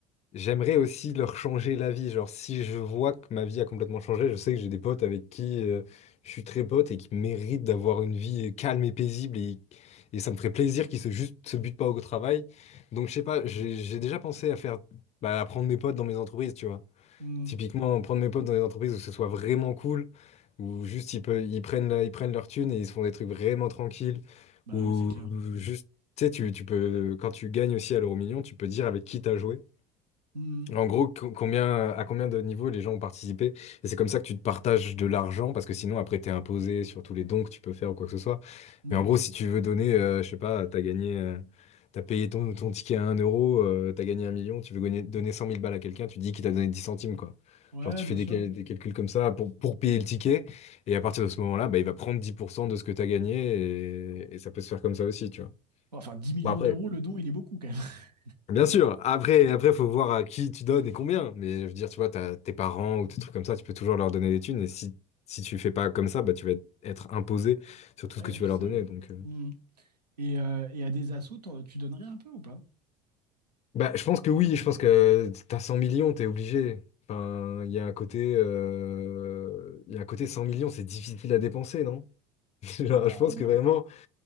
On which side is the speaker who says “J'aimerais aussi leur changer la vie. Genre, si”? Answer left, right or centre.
Left